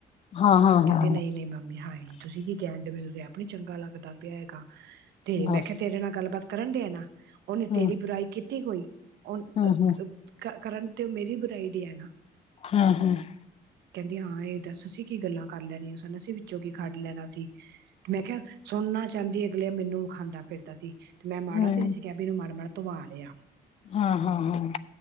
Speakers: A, on the left; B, on the right.
A: ਹਾਂ ਹਾਂ
B: ਕਹਿੰਦੀ
A: ਹਾਂ ਹਾਂ
B: ਨਈ-ਨਈ ਮਾਮੀ ਹਾਏ। ਤੁਸੀਂ ਕੀ ਕਿਆ ਡੇਵੀਲ ਮੈਨੂੰ ਤੇ ਆਪ ਨੀ ਚੰਗਾ ਲੱਗਦਾ ਪਿਆ ਹੈਗਾ, ਤੇ
A: ਦੱਸ
B: ਮੈਂ ਕਿਹਾ, ਤੇਰੇ ਨਾਲ ਗੱਲਬਾਤ ਕਰਨ ਡਿਆ ਨਾ, ਉਹਨੇ
A: ਹਮ
B: ਤੇਰੀ ਬੁਰਾਈ ਕੀਤੀ ਕੋਈ, ਉਹਨ
A: ਹਮ
B: ਅ
A: ਹਮ
B: ਕ, ਕਰਨ ਤੇ ਓ ਮੇਰੀ ਬੁਰਾਈ ਦਿਆ ਨਾ।
A: ਹੂੰ, ਹੂੰ।
B: ਕਹਿੰਦੀ ਹਾਂ, ਇਹ ਦੱਸ ਅਸੀ ਕੀ ਗੱਲਾਂ ਕਰ ਲੈਣੀਆ ਸਨ, ਅਸੀ ਵਿੱਚੋਂ ਕੀ ਖੱਟ ਲੈਣਾ ਸੀ, ਮੈਂ ਕਿਹਾ ਸੁਣਨਾ ਚਾਂਦੀ ਅਗਲਿਆਂ ਮੈਨੂੰ ਵਿਖਾਂਦਾ ਫਿਰਦਾ ਸੀ, ਤੇ ਮੈਂ ਮਾੜਾ
A: ਹਮ
B: ਤੇ ਨੀ ਸੀ ਕਿਆ, ਵੀ ਇਹਨੁ ਮਾੜਾ-ਮਾੜਾ ਧਵਾਲਿਆ।
A: ਹਾਂ-ਹਾਂ-ਹਾਂ।